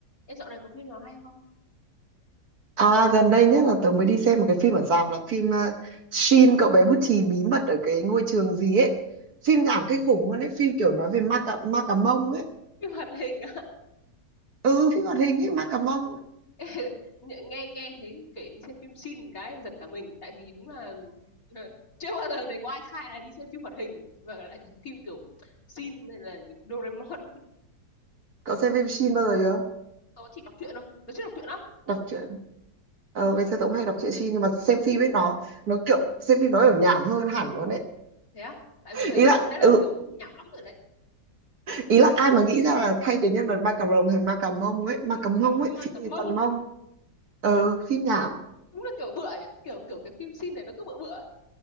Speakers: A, on the left (about 50°); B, on the right (about 55°).
A: Em dạo này có phim nào hay không?
B: À gần đây nhất là tớ mới đi xem một cái phim ở rạp là phim ờ, Shin cậu bé bút chì bí mật ở cái ngôi trường gì ấy. Phim nhảm kinh khủng luôn ấy, phim kiểu nói về ma cà, ma cà mông ấy.
A: <laughs> Phim hoạt hình á.
B: Ừ, phim hoạt hình ấy, ma cà mông ấy.
A: <laughs> Ê, Nghe nghe nghe thấy kể đi xem phim xin cái giật cả mình tại vì đúng là <laughs> là chưa bao giờ thấy có ai khai là đi xem phim hoạt hình và lại còn phim kiểu xin hay là những Doraemon.
B: Cậu xem phim Shin bao giờ chưa?
A: <laughs> Tớ chỉ đọc truyện thôi. Tớ chưa đọc truyện lắm.
B: Đọc truyện. Ờ, ngày xưa tớ cũng hay đọc truyện Shin nhưng mà xem phim ấy nó nó kiểu xem phim nó kiểu nhảm hơn hẳn luôn ấy.
A: Thế á? Tại vì tớ thấy
B: Ý
A: truyện
B: là
A: đã là
B: ừ,
A: kiểu nhảm lắm rồi đấy.
B: ý là ai mà nghĩ ra là thay cái nhân vật ma cà rồng thành ma cà mông
A: <laughs>
B: ấy, ma
A: Mà
B: cà mông
A: cả,
B: ấy,
A: mà
B: phim
A: cả mông
B: gì toàn mông. Ờ, phim nhảm.
A: đúng là kiểu bựa nhỉ. Kiểu kiểu cái phim xin này nó cứ bựa bựa.